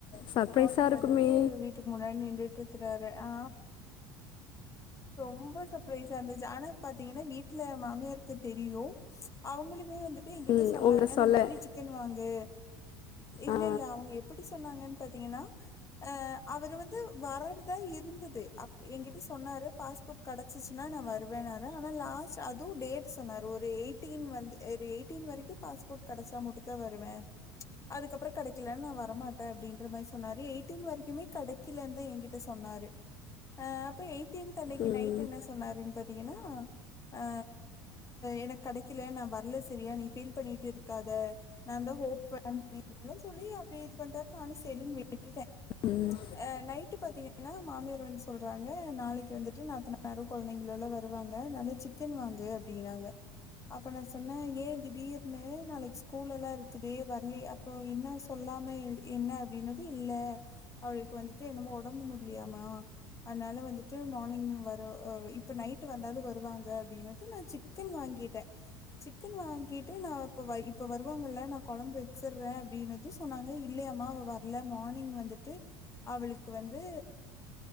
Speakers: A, on the left; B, on the left.
A: சர்ப்ரைஸா
B: மார்னிங்
A: இருக்குமே
B: வந்துட்டு வீ வீட்டு முன்னாடி நின்னுட்டுருக்கிறாரு ஆ ரொம்ப சப்ரைஸ்ஸா இருந்துச்சு ஆனா பாத்தீங்கன்னா வீட்ல மாமியார் தெ தெரியு அவுங்களுமே வந்துட்டு என்கிட்ட
A: ம்
B: சொன்னாங்க
A: உங்கள
B: இந்த
A: சொல்ல
B: மாதிரி சி எத்துனு வந்து இல்ல
A: ஆ
B: இல்ல அவங்க எப்டி சொன்னாங்கன்னு பாத்தீங்கன்னா ஆ அவரு வந்து வரன்தா இருந்தது அப் எங்கிட்ட சொன்னாரு பாஸ்போர்ட் கெடச்சிச்சுன்னா நான் வருவன்னாரா லாஸ்ட் அதுவும் டேட் சொன்னார்ரு ஒரு எயிட்டீன் வந்து ஒரு எயிட்டீன் வரைக்கும் பாஸ் போட் கடச்சா மட்டுதா வருவே அதுக்கப்புறோ கெடைக்கலன் நா வரமாட்டே அப்டின்ற மாறி சொன்னாரு எய் டீன் வரிக்குமே கடைக்கிலன்தா என்கிட்ட சொன்னாரு ஆ அப்ப எயிட்டீன்த்து அன்னைக்கு
A: ம்
B: நை நைட்டு என்ன சொன்னாருன்னு பாத்தீங்கன்னா ஆ எனக் கடைக்கில நா வர்ல செரியா நீ ஃபீல் பண்ணிட்டு இருக்காத நான் தான் <inaudible> துள்ளி அப்புடே இது பண்ட்டாரு நானு சேரின் விட்டுட்டே
A: ம்
B: அ நைட்டு பாத்தீங்க என்னா மாமியார் வந்து சொல்றாங்க நாளைக்கு வந்துட்டு நாத்தனாரும் கொழந்தைங்களும் எல்லா வருவாங்க நல்லா சிக்கன் வாங்கு அப்டினாங்க அப்ப நா சொன்ன ஏ திடீர்னு நாளைக்கு ஸ்கூல் எல்லா இருக்குதே வர்லயா அப்போ என்ன சொல்லாம என்ன அப்டின்னது இல்ல அவளுக்கு வந்துட்டு என்னமோ ஒடம்பு முட்லையாமா அதனால வந்துட்டு மார்னிங் வரு அ இப்ப நைட் வந்தாலு வருவாங்க அப்படினது நான் சி சிக்கன் வாங்கிட்டே சிக்கன் வாங்கிட்டு நா இப்ப இப்ப வருவாங்கல்ல நா கொழம்பு வச்சிற்றே அப்டினதுக் து சொன்னாங்க இல்லையாமா அவ வர்ல மானிங் வந்துட்டு அவளுக்கு வந்து